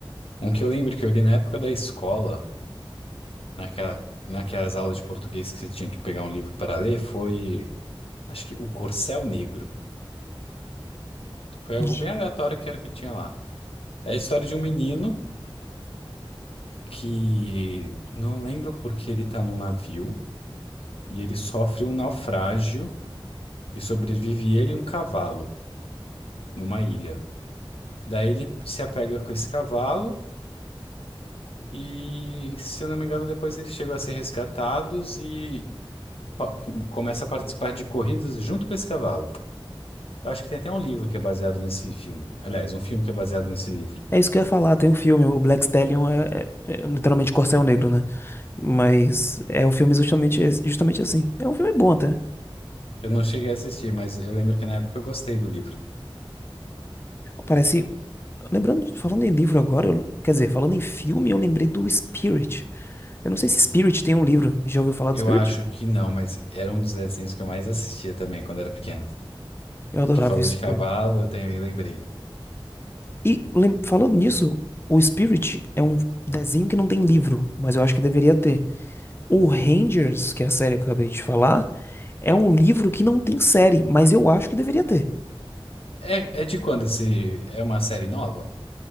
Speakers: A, on the left (about 85°); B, on the left (about 25°).
A: Um que eu lembro que eu li na época da escola, naquela, naquelas aulas de português que você tinha que pegar um livro para ler, foi, acho que O Corcel Negro. Foi algo
B: De-
A: bem aleatório que era o que tinha lá. É a história de um menino que não lembro porque ele tá num navio e ele sofre um naufrágio E sobrevive ele e um cavalo numa ilha. Daí ele se apega com esse cavalo e, se eu não me engano, depois eles chegam a ser resgatados e pa- começa a participar de corridas junto com esse cavalo. Eu acho que tem até um livro que é baseado nesse filme. Aliás, um filme que é baseado nesse livro.
B: É isso que eu ia falar. Tem um filme, o Black Stallion é, é- é literalmente Corcel Negro, né? Mas é um filme justamente, esse- justamente assim. É um filme bom até.
A: Eu não cheguei a assistir, mas eu lembro que na época eu gostei do livro.
B: Parece. Lembrando, falando em livro agora, eu- quer dizer, falando em filme, eu lembrei do Spirit. Eu não sei se Spirit tem um livro. Já ouviu falar
A: Eu
B: do Spirit?
A: acho que não, mas era um dos desenhos que eu mais assistia também quando era pequeno.
B: Eu adorava
A: Que falou
B: o Spirit.
A: de cavalo, eu também lembrei.
B: E lem- falando nisso, o Spirit é um desenho que não tem livro, mas eu acho que deveria ter. O Rangers, que é a série que eu acabei de falar, é um livro que não tem série, mas eu acho que deveria ter.
A: É, é de quando esse. É uma série nova?